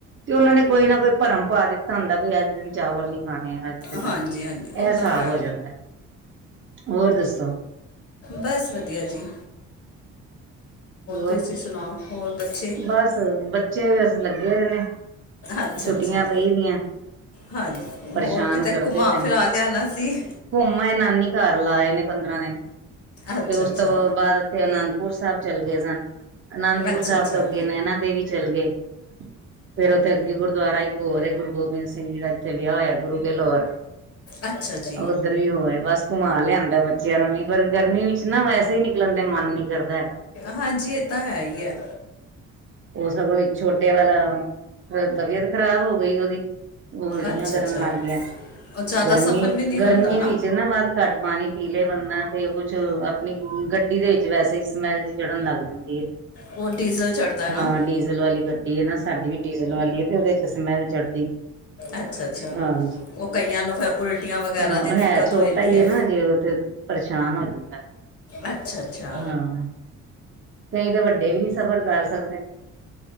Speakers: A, on the right; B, on the left.
A: ਤੇ ਉਹਨਾਂ ਨੇ ਕੋਈ ਨਾ ਕੋਈ ਭਰਮ ਪਾ ਦਿੱਤਾ ਹੁੰਦਾ ਬਈ ਅੱਜ ਦਿਨ ਚਾਵਲ ਨੀ ਖਾਣੇ ਅੱਜ। ਇਹ
B: ਹਾਂਜੀ ਹਾਂਜੀ ਉਹ
A: ਹਿਸਾਬ
B: ਤਾਂ ਹੈ
A: ਹੋ ਜਾਂਦਾ ਹੋਰ ਦੱਸੋ?
B: ਬਸ ਵਧੀਆ ਜੀ।
A: ਹੋਰ,
B: ਤੁਸੀਂ ਸੁਣਾਓ ਹੋਰ ਬੱਚੇ
A: ਬਸ ਬੱਚੇ ਵੀ ਅਸੀ ਲੱਗੇ ਹੋਏ ਨੇ।
B: ਅੱਛਾ
A: ਛੁੱਟੀਆਂ
B: ਅੱਛਾ
A: ਪਈ ਦੀਆਂ।
B: ਹਾਂਜੀ
A: ਪਰੇਸ਼ਾਨ
B: ਹੋਰ ਕਿਤੇ
A: ਕਰਦੇ
B: ਘੁਮਾ-ਫਿਰਾ
A: ਪਏ ਨੇ
B: ਲਿਆਣਾ ਸੀ।
A: ਘੁੰਮ ਆਏ ਨਾਨੀ ਘਰ ਲਾ ਆਏ ਨੇ ਪੰਦਰਾਂ ਦਿਨ,
B: ਅੱਛਾ
A: ਤੇ ਉਸ
B: ਅੱਛਾ
A: ਤੋਂ ਬਾਅਦ ਇੱਥੇ ਅਨੰਦਪੁਰ ਸਾਹਿਬ ਚਲੇ ਗਏ ਸਨ। ਅਨੰਦਪੁਰ
B: ਅੱਛਾ
A: ਸਾਹਿਬ
B: ਅੱਛਾ
A: ਤੋਂ ਅੱਗੇ ਨੈਣਾ ਦੇਵੀ ਚੱਲ ਗਏ। ਫੇਰ ਉੱਥੇ ਅੱਗੇ ਗੁਰਦੁਆਰਾ ਇੱਕ ਹੋਰ ਗੁਰੂ ਗੋਬਿੰਦ ਸਿੰਘ। ਉੱਥੇ ਵਿਆਹ ਹੋਇਆ ਗੁਰੂ ਬੇਲੋਰ।
B: ਅੱਛਾ-ਅੱਛਾ।
A: ਉੱਧਰ ਵੀ ਹੋਏ ਬਸ, ਘੁੰਮਾ ਲਿਆਦਾ ਬੱਚਿਆਂ ਨੂੰ ਵੀ ਪਰ ਗਰਮੀ ਵਿੱਚ ਨਾ ਵੈਸੇ ਹੀ ਨਿਕਲਣ ਦੇ ਮਨ ਨੀ ਕਰਦਾ ਹੈ।
B: ਹਾਂਜੀ ਇਹ ਤਾਂ ਹੈ ਹੀ ਹੈ।
A: ਉਹ ਸਗੋਂ ਵੀ ਛੋਟੇ, ਵਾਲਾ ਤਬੀਅਤ ਖ਼ਰਾਬ ਹੋ ਗਈ ਉਹਦੀ। ਉਲਟੀਆਂ
B: ਅੱਛਾ
A: ਕਰਨ
B: ਅੱਛਾ
A: ਲੱਗ ਗਿਆ
B: ਉਹ ਜ਼ਿਆਦਾ
A: ਗਰਮੀ-ਗਰਮੀ
B: ਸਫ਼ਰ ਵੀ ਨਹੀਂ ਹੁੰਦਾ
A: ਵਿੱਚ ਨਾ ਵੱਧ-ਘੱਟ ਪਾਣੀ ਪੀਲੇ ਬੰਦਾ ਤੇ ਕੁਛ ਆਪਣੀ ਗੱਡੀ ਦੇ ਵਿੱਚ ਵੈਸੇ ਹੀ ਸਮੈਲ ਚ ਚੜ੍ਹਨ ਲੱਗ ਜਾਂਦੀ ਹੈ।
B: ਉਹ ਡੀਜ਼ਲ ਚੜਦਾ
A: ਹਾਂ
B: ਨਾ
A: ਡੀਜ਼ਲ ਵਾਲੀ ਗੱਡੀ ਹੈ ਨਾ ਸਾਡੀ ਵੀ ਡੀਜ਼ਲ ਵਾਲੀ ਹੈ ਤੇ ਉਹਦੇ ਚ ਸਮੈਲ ਚੜਦੀ
B: ਅੱਛਾ-ਅੱਛਾ,
A: ਹਾਂਜੀ
B: ਉਹ ਕਈਆਂ ਨੂੰ ਫਿਰ ਉਲਟੀਆਂ ਵਗੈਰਾ
A: ਹਾਂ
B: ਦੀ
A: ਉਹ
B: ਦਿੱਕਤ
A: ਹੈ ਛੋਟਾ
B: ਹੋ ਜਾਂਦੀ
A: ਹੀ
B: ਹੈ।
A: ਨਾ ਜੇ ਉਹ ਪਰੇਸ਼ਾਨ ਹੋ ਜਾਂਦਾ
B: ਅੱਛਾ-ਅੱਛਾ।
A: ਹਾਂ ਕਈ ਤਾਂ ਵੱਡੇ ਵੀ ਨੀ ਸਬਰ ਕਰ ਸਕਦੇ